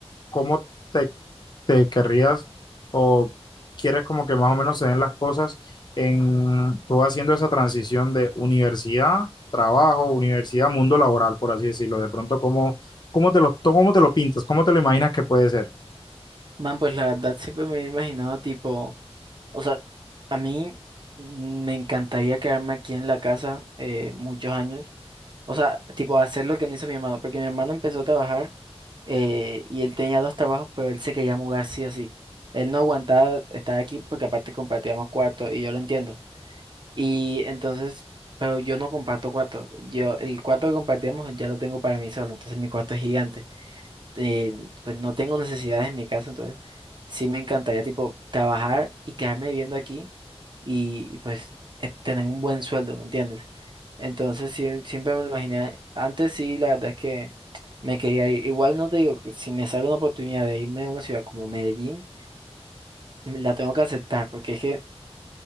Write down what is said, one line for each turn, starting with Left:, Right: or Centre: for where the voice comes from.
Left: cómo te te querrías o quieres como que más o menos se den las cosas en tú haciendo esa transición de universidad, trabajo, universidad, mundo laboral, por así decirlo. De pronto, ¿cómo, cómo te lo, cómo te lo pintas? ¿Cómo te lo imaginas que puede ser?
Right: Man, pues la verdad siempre me he imaginado tipo, o sea, a mí me encantaría quedarme aquí en la casa eh, muchos años, o sea, tipo hacer lo que no hizo mi hermano, porque mi hermano empezó a trabajar eh, y él tenía dos trabajos, pero él se quería mudar sí o sí. Él no aguantaba estar aquí porque aparte compartíamos cuarto y yo lo entiendo. Y entonces, pero yo no comparto cuarto. Yo, el cuarto que compartíamos ya lo tengo para mí solo. Entonces mi cuarto es gigante. Eh, pues no tengo necesidades en mi casa. Entonces sí me encantaría tipo trabajar y quedarme viviendo aquí y, y, pues eh, tener un buen sueldo, ¿me entiendes? Entonces sí, siempre me lo imaginé. Antes sí, la verdad es que me quería ir. Igual no te digo que si me sale una oportunidad de irme a una ciudad como Medellín, la tengo que aceptar porque es que